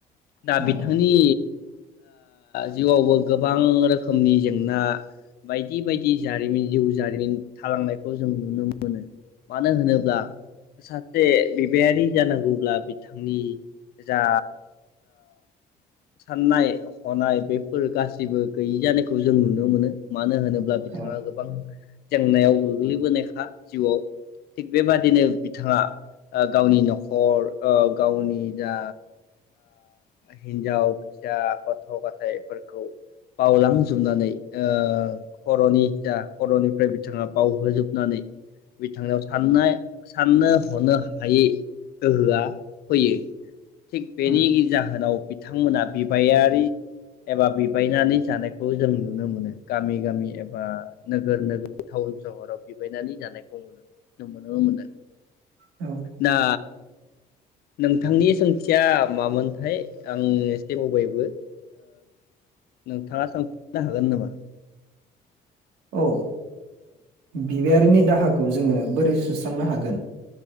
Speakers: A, on the left; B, on the right.
A: दा
B: औ
A: बिथांनि जिउआवबो गोबां रोखोमनि जेंना बायदि बायदि जारिमिन जिउ जारिमिन थालांनायखौ जों नुनो मोनो मानो होनोब्ला जे बिबायारि जानांगौब्ला बिथांनि जा साननाय हनाय बेफोर गासैबो गैयि जानायखौ जों नुनो मोनो मानो होनोब्ला बिथाङा
B: औ
A: गोबां जेंनायाव गोग्लैबोनायखा जिउआव थिग बेबादिनो बिथाङा गावनि नखर गावनि जा हिन्जाव फिसा गथ गथायाइफोरखौ बावलांजोबनानै खरनि इथा खरनिफ्राय बिथाङा बावहोजोबनानै बिथांनिआव साननाय साननो हनो हायै गोहोआ फैयो बेनि
B: औ
A: जाहोनाव बिथांमोना बिबायारि एबा बिबायनानै जानायखौ जों नुनो मोनो गामि गामि एबा नोगोर नोगोर टाउन सहराव बिबायनानै जानायखौ नुनो मोनो
B: औ
A: दा नोंथांनि सोंथिया मामोनथाय आं एसे बावबायबो नोंथाङा सोंफिननो हागोन नामा
B: औ ओ बिबायारिनि दाहाखौ जोङो बोरै सुस्रांनो हागोन।